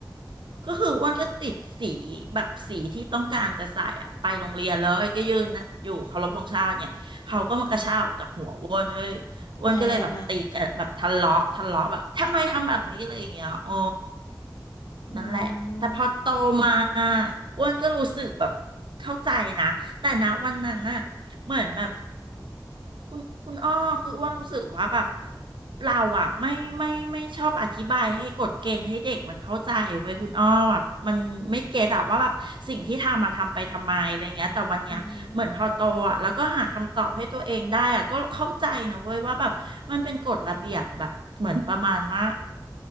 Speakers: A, on the right; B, on the left.
A: ก็คืออ้วนก็ติดสีแบบสีที่ต้องการจะใส่อะไปโรงเรียนเลยก็ยืนนะอยู่เคารพธงชาติเนี่ยเขาก็มากระชากออกจากหัวอ้วนเว้ยอ้วนก็เลยแบบตีกันแบบทะเลาะทะเลาะแบบทำไมทำแบบนี้อะไรอย่างเงี้ยโอ้
B: แรงอ่ะอื
A: นั่นแหละแต่พอโตมา
B: ม
A: อ้วนก็รู้สึกแบบเข้าใจนะแต่นะวันนั้นน่ะเหมือนแบบคุณคุณอ้อคืออ้วนรู้สึกว่าแบบ เราอ่ะไม่ไม่ไม่ชอบอธิบายให้กฎเกณฑ์ให้เด็กมันเข้าใจเว้ยคุณอ้อแบบมันไม่เก็ตอะว่าแบบสิ่งที่ทำมาทำไปทำไมอะไรเงี้ยแต่วันเนี้ยเหมือนพอโตอ่ะแล้วก็หาคำตอบให้ตัวเองได้อ่ะก็เข้าใจนะเว้ยว่าแบบมันเป็นกฎระเบียบแบบเหมือนประมาณว่า
B: อืม